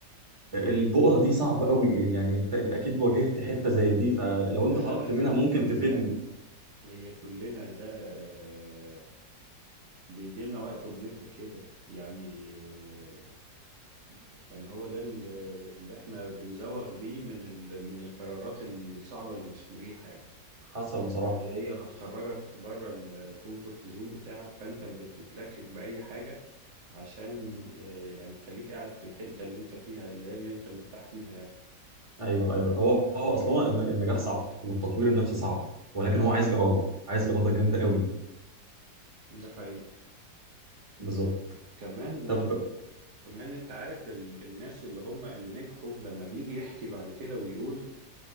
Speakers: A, on the right (about 20°); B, on the right (about 70°).
A: البقرة دي صعبة قوي يعني انت انت اكيد واجهت حتة زي دي فلو
B: كلنا
A: انت خرجت
B: هذا
A: منها
B: الرجل
A: ممكن تفيدني
B: يا عم هي كلنا ده آه، بيجي لنا وقت وبنبقى كده يعني آه، يعني هو ده ال- اللي احنا بنزوغ بيه من ال... من القرارات الصعبة اللي مش مريحة يعني
A: حصل بصراحة
B: اللي هي هتخرجك بره الكومفورت زون بتاعك فانت بتتلكك بأي حاجة عشان آه، يعني خليك قاعد في الحتة اللي انت فيها اللي هي اللي انت مرتاح فيها يعني
A: ايوه ايوه هو هو اصل هو الن- النجاح صعب والتطوير النفسي صعب ولكن
B: اه
A: هو عايز إرادة عايز إرادة جامدة قوي
B: ده حقيقي
A: بالظبط
B: كمان
A: طب
B: كمان انت عارف ال... الناس اللي هم اللي نجحوا لما بيجي يحكي بعد كده ويقول